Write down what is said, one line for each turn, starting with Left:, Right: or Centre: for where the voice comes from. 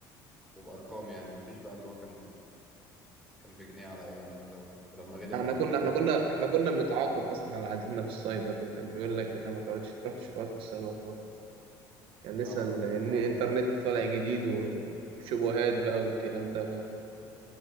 Centre: وبأرقام يعني مفيش بقى اللي هو كان كان بجنيه على أيامنا ده و- ولما غلي بقى
Right: احنا
Centre: ب 2
Right: كنا احنا
Centre: جنيه
Right: كنا احنا كنا بنتعاقب اصلا على عادتنا في السايبر دي كان بيقول لك لا ما تقعدش ما تروحش تقعد في السايبر خالص كان
Centre: اه
Right: لسه ال- إن الانترنت طالع جديد وشبهات بقى والكلام ده